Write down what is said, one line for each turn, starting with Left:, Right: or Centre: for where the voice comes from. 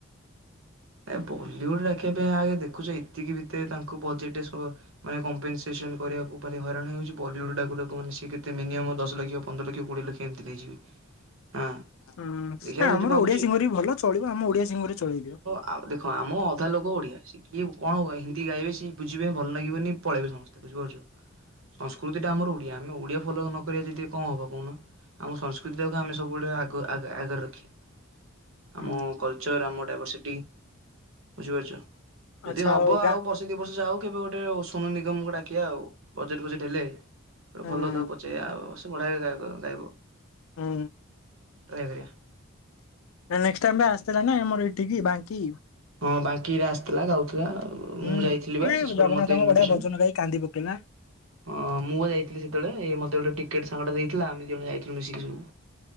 Right: ଏ ବଲିଉଡ ଡାକିବା ପାଇଁ ଆଗେ ଦେଖୁଛ ଏତିକି ଭିତରେ ତାଙ୍କୁ ବଜେଟ ଇସୁ। ମାନେ କମ୍ପେନସିଏସନ କରିବାକୁ <unintelligible> ହଇରାଣ ହେଉଛି ବଲିଉଡ ଡାକୁ ଡାକୁ ମାନେ ସି କେତେ ମିନିଅମ୍ ଦଶ ଲକ୍ଷ, ପନ୍ଦର ଲକ୍ଷ, କୋଡ଼ିଏ ଲକ୍ଷ ଏମିତି ନେଇଯିବେ। ହଁ
Left: ହୁଁ ଏ
Right: ଦେଖିବା
Left: ଆମର
Right: ଯଦି ଭାବୁଛି
Left: ଓଡିଆ ସିଙ୍ଗର ବି ଭଲ ଚଳିବ ଆମ ଓଡିଆ ସିଙ୍ଗରରେ ଚଳେଇ ଦିିଅ।
Right: ଆଉ ଦେଖ ଆମ ଅଧା ଲୋକ ଓଡ଼ିଆ ସେ କିଏ କଣ ହିନ୍ଦୀ ଗାଇବେ ସିଏ। ବୁଝିବେ ଭଲ ଲାଗିବନି ପଳେଇବେ ସମସ୍ତେ ବୁଝିପାରୁଛ। ସଂସ୍କୃତିଟା ଆମର ଓଡ଼ିଆ ଆମେ ଓଡ଼ିଆ ଫଲୋ ନ କରିବା ଯଦି କଣ ହବ କହୁନ। ଆମ ସଂସ୍କୃତି ଟାକୁ ଆମେ ସବୁବେଳେ ଆଗ ଆଗେ ଆଗରେ ରଖିବା।
Left: ହୁଁ
Right: ଆମ କଲଚର ଆମ ଡାଇଭର୍ସିଟି। ବୁଝିପାରୁଛ ଯଦି
Left: ଆଚ୍ଛା
Right: ହବ
Left: ଗାଁ
Right: ଆଉ ବର୍ଷେ ଦି ବର୍ଷ ଯାଉ କେବେ ଗୋଟେ ଓ ସୋନୁ ନିଗମକୁ ଡାକିବା ଆଉ। ବଜେଟ ଫଜେଟ ହେଲେ ପୁରା
Left: ହୁଁ
Right: ଭଲ ତାକୁ ପଚାରିବ ଆଉ ସେ ବଢିଆ ବାଗରେ ଗାଇବ।
Left: ହୁଁ।
Right: ଗାଇ ପାରିବା।
Left: ନା ନେକ୍ସ ଟାଇମ ପାଇ ଆସିଥିଲା ନା ଆମର ଏଠିକି ବାଙ୍କି।
Right: ହଁ ବାଙ୍କିରେ ଆସିଥିଲା ଗାଉଥିଲା
Left: ହୁଁ
Right: ମୁଁ ଯାଇଥିଲି ବା
Left: ଏ
Right: ଶିଶରେ
Left: ଜଗନ୍ନାଥଙ୍କ
Right: ମୋତେ ଇନଭିଟେସନ୍।
Left: ବଢିଆ ଭଜନ ଗାଇ କାନ୍ଦି ପକେଇଲା
Right: ହଁ ମୁଁ ପା ଯାଇଥିଲି ସେତେବେଳେ ଏ ମତେ ଗୋଟେ ଟିକେଟ ସାଙ୍ଗଟା ଦେଇଥିଲା ଆମେ ଦି ଜଣ ଯାଇଥିଲୁ ମିଶିକି ସବୁ।